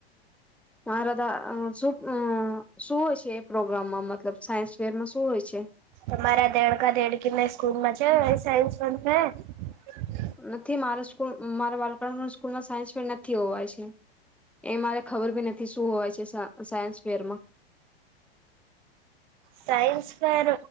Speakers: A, in the centre; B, on the right.
A: મારાા શું શું હોય છે એ પ્રોગ્રામમાં મતલબ સાયન્સ ફેરમાં શું હોય છે.
B: તમારા દેડકા દેડકી ના સ્કૂલમાં છે સાયન્સ ફેર
A: નથી મારે સ્કૂલ મારા બાળકણ સ્કૂલમાં સાયન્સ ફેર નથી હોવાય છે એ મારે ખબર બી નથી શું હોવાય છે સાયન્સ ફેરમાં
B: સાયન્સ ફેર